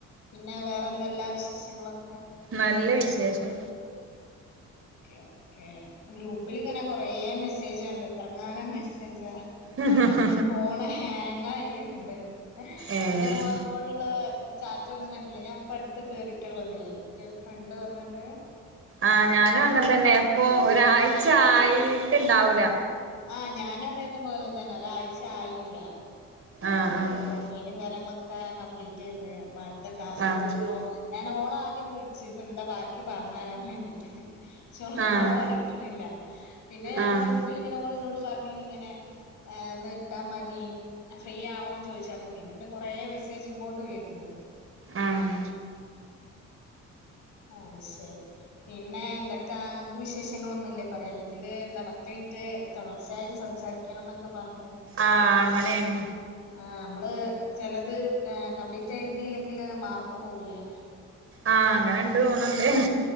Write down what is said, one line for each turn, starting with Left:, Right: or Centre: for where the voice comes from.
Left: പിന്നെ വേറെന്തെല്ലാ വിശേഷങ്ങളൊക്കെ
Right: നല്ല വിശേഷം
Left: ഓക്കേ ഗ്രൂപ്പിൽങ്ങനെ കുറേ മെസ്സേജ് ഉണ്ട് എത്ര ങ്ങാനം മെസ്സേജാ
Right: ഉം ഹം്
Left: ഫോണ ഹാങ്ങ ആായിണ്ട്
Right: ഏഹ്
Left: ഇന്റെ മോളിലുള്ള ചാറ്റ ഒന്നും കണ്ടില്ല ഞാൻ അപ്പ അടുത്ത് കേറിയിട്ടുള്ള അതില്ലേ എന്റെ ഒരു ഫ്രണ്ട് പറഞ്ഞിട്ട്
Right: ആഹ ഞാനും
Left: ആഹ്
Right: അങ്ങനെ തന്നെ ഇപ്പൊ ഒരാഴ്ച ആായിട്ട് ഇണ്ടാവൂല
Left: ആഹ ഞാനും അതേന്ന പോലെ തന്നെ ഒരാഴ്ച ആയില്ല
Right: ആഹ്
Left: അപ്പൊ പ്രൊഫൈലും കാര്യങ്ങളൊക്കെ കംപ്ലീറ്റ് ചെയ്ത് അപ്പൊ അടുത്ത ടാസ്ക്
Right: ആഹ്
Left: വന്നപ്പോ ഞ ഓളെ ആദ്യം വിളിച്ചിത് എന്താ ബാക്കി പറഞ്ഞ തരാൻ വേണ്ടിട്ട് ചെ
Right: ആഹ്
Left: ഫോണെ എടുക്കണില്ല പിന്നെ
Right: ആഹ്
Left: ഗ്രൂപ്പിൽ ഇങ്ങനെ ഓൾ പറഞ്ഞനി ഇങ്ങനെ ഏ തെ ഇട്ടാ മതി ഫ്രീ ആണോന്ന് ചോദിച്ചാൽ മതി പിന്നെണ്ട് കൊറെമെസ്സേജ് ഇങ്ങോട്ട് വരന്ന്
Right: ആഹ് ആഹ്
Left: ആഹ് ശരി പിന്നെ എന്തൊക്കെ അങ്ങക്ക് വിശേഷ ങ്ങളന്നല്ലേ പറയല്ലോ ഇതില് എന്താ പത്ത് മിനിറ്റ് തുടർച്ചയായിട്ട് സംസാരിക്കണം എന്നൊക്കെ പറഞ്ഞ്
Right: ആഹ അങ്ങനെയാണ്
Left: ആ നമ്മള് ചിലത് കംപ്ലീറ്റ് ആതിയില്ലെങ്കില് മാർക്ക് പോവൂലേ
Right: ആഹ അങ്ങനെ ഇണ്ട് തോന്നണ്ട്